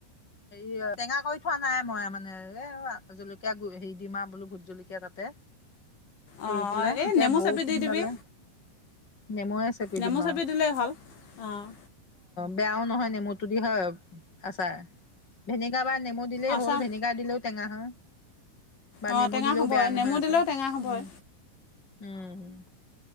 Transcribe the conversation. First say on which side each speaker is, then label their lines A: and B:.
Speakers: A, on the left; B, on the left.
A: হেৰি টেঙা কৰি থোৱা নাই মই মানে এ জলকীয়া হেৰি দিম আৰু বোলো ভোট জলকীয়া তাতে কৰি
B: অঁ
A: পেলাই
B: এই
A: এতিয়া
B: নেমু
A: বৌ
B: চেপি দি
A: সোনডালে
B: দিবি
A: নেমুৱে চেপি
B: নেমু
A: দিম আৰু।
B: দিলেই হ'ল অঁ
A: বেয়াও নহয় নেমুতোদি হয় আছাৰ ভেনেগাৰ বা নেমু দিলেই
B: আচাৰ
A: হ'ল ভেনেগাৰ দিলেও টেঙা হ বা
B: অঁ
A: নেমু
B: টেঙা
A: দিলেও
B: হ'বই
A: বেয়া নহয়
B: নেমু
A: আছা
B: দিলেও টেঙা হ'বই
A: উম উম হম